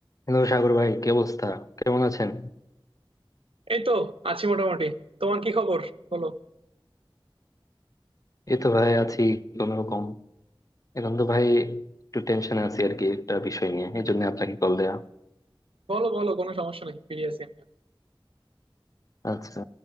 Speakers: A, on the left (about 40°); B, on the right (about 80°).
A: Hello Sagar ভাই কি অবস্থা কেমন আছেন
B: এই তো আছি মোটামুটি তোমার কি খবর বলো
A: এই তো ভাই আছি কোন রকম এখন তো ভাই একটু টেনশনে আছি আর কি একটা বিষয় নিয়ে এই জন্য আপনাকে কল দেয়া
B: বলো বলো কোনো সমস্যা নেই ফিরে আছি আমি
A: আচ্ছা